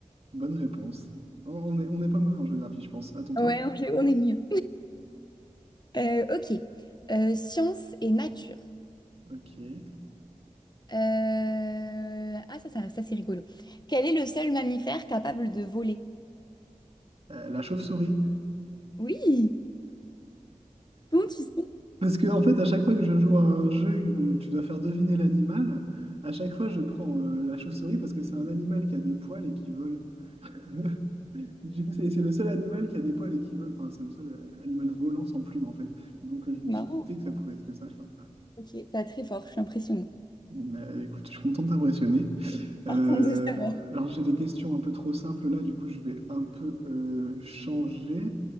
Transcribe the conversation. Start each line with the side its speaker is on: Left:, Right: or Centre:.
Right: Bonne réponse. On on est, on est pas mauvais en géographie, je pense. À ton tour?
Left: Ouais, on on est mieux. Euh, ok. Euh, science et nature.
Right: Ok. Euh,
Left: Euh, Ah, ça, ça, ça, c'est rigolo. Quel est le seul mammifère capable de voler?
Right: la chauve-souris.
Left: Oui! Comment tu sais? C'est
Right: Parce que en fait, à chaque fois que je joue à un jeu où tu dois faire deviner l'animal, à chaque fois je prends euh, la chauve-souris parce que c'est un animal qui a des poils et qui vole. <laughs> Du coup, c'est c'est le seul animal qui a des poils et qui vole. Enfin, c'est le seul euh, animal volant sans plumes, en fait. Donc, euh, je me
Left: Marrant.
Right: suis douté que ça pouvait être que ça, quoi.
Left: Ok, pas très fort, je suis impressionnée.
Right: Mais euh, écoute, je suis content de t'impressionner. Euh,
Left: <laughs> Content de savoir.
Right: alors, j'ai des questions un peu trop simples là. Du coup, je vais un peu euh, changer.